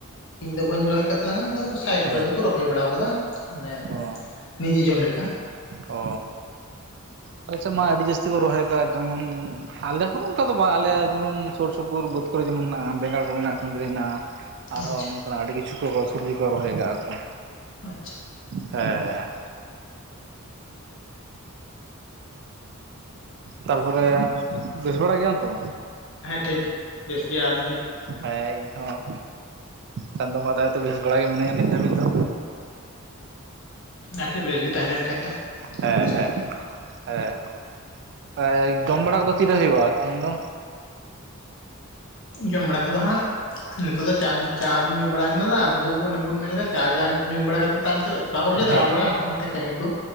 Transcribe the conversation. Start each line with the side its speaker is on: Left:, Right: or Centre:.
Left: ᱤᱧ ᱫᱚ ᱵᱟᱹᱧ ᱨᱚᱦᱚᱭ ᱟᱠᱟᱫ ᱛᱟᱞᱟᱝᱟ ᱟᱫᱚ ᱥᱟᱭᱤᱰ
Right: ᱦᱮᱸ
Left: ᱠᱚᱨᱮ ᱫᱚᱠᱚ ᱨᱚᱦᱚᱭ ᱵᱟᱲᱟ ᱟᱠᱟᱫᱟ ᱢᱟᱱᱮ
Right: ᱚ
Left: ᱱᱤᱡᱮ ᱡᱚᱢ ᱞᱮᱠᱟ
Right: ᱚ ᱟᱞᱮ ᱥᱮᱫ ᱢᱟ ᱟᱹᱰᱤ ᱡᱟᱹᱥᱛᱤ ᱠᱚ ᱨᱚᱦᱚᱭ ᱠᱟᱜᱼᱟ ᱡᱮᱢᱚᱱ ᱟᱞᱮ ᱦᱚᱸ ᱚᱱᱠᱟ ᱫᱚ ᱵᱟᱝ ᱟᱞᱮ ᱡᱮᱢᱚᱱ ᱥᱩᱨ ᱥᱩᱯᱩᱨ ᱵᱟᱹᱫᱽ ᱠᱚᱨᱮ ᱡᱮᱢᱚᱱ ᱢᱮᱱᱟᱜᱼᱟ ᱵᱮᱜᱟᱲ ᱠᱚ ᱢᱮᱱᱟᱜᱼᱟ ᱠᱩᱱᱫᱽᱨᱤ ᱦᱮᱱᱟᱜᱼᱟ ᱟᱨᱦᱚᱸ
Left: ᱟᱪᱪᱷᱟ
Right: ᱱᱚᱝᱠᱟᱱᱟᱜ ᱟᱹᱰᱤ ᱠᱤᱪᱷᱩ ᱠᱚ ᱥᱚᱵᱡᱤ ᱠᱚ ᱨᱚᱦᱚᱭ ᱟᱠᱟᱜᱼᱟᱠᱚ
Left: ᱟᱪᱪᱷᱟ
Right: ᱦᱮᱸ ᱛᱟᱨᱯᱚᱨᱮ ᱵᱮᱥ ᱵᱟᱲᱟ ᱜᱮᱭᱟᱢ ᱛᱚ
Left: ᱦᱮᱸ ᱴᱷᱤᱠ ᱜᱮ ᱵᱮᱥ ᱜᱮᱭᱟ ᱟᱢᱜᱮ
Right: ᱦᱮᱸ ᱤᱧ ᱦᱚᱸ ᱪᱟᱸᱫᱚ ᱵᱚᱸᱜᱟ ᱫᱟᱭᱟ ᱛᱮ ᱵᱮᱥ ᱵᱟᱲᱟ ᱜᱮ ᱢᱤᱱᱟᱧᱟ ᱱᱤᱛ ᱫᱷᱟᱹᱵᱤᱡ ᱫᱚ
Left: ᱟᱪᱪᱷᱟ ᱵᱮᱥ ᱜᱮ ᱛᱟᱦᱮᱸ ᱞᱮᱱ ᱠᱷᱟᱡ ᱫᱚ
Right: ᱦᱮᱸ
Left: ᱵᱮᱥ
Right: ᱦᱮᱸ
Left: ᱜᱮ
Right: ᱦᱮᱸ ᱦᱚᱭ ᱡᱚᱢ ᱵᱟᱲᱟ ᱠᱚᱫᱚ ᱛᱤᱨᱮ ᱦᱩᱭᱩᱜᱼᱟ ᱛᱮᱦᱮᱧ ᱫᱚ
Left: ᱡᱚᱢ ᱵᱟᱲᱟ ᱠᱚᱫᱚ ᱦᱟᱸᱜ ᱱᱤᱛᱚᱜ ᱫᱚ ᱪᱟ ᱪᱟ ᱧᱩ ᱵᱟᱲᱟ ᱟᱠᱟᱱᱟ ᱟᱵᱚ ᱫᱚ ᱚᱱᱮ ᱵᱚᱱ ᱢᱮᱱᱟ ᱪᱟ ᱡᱟᱦᱟᱭ ᱧᱩ ᱵᱟᱲᱟ <unintelligible> ᱚᱠᱟ ᱠᱚᱨᱮᱪᱚ
Right: ᱦᱮᱸ
Left: ᱫᱟᱬᱟ ᱵᱟᱲᱟ ᱦᱟᱱᱛᱮ ᱱᱟᱛᱮ ᱠᱟᱹᱢᱤ ᱠᱚ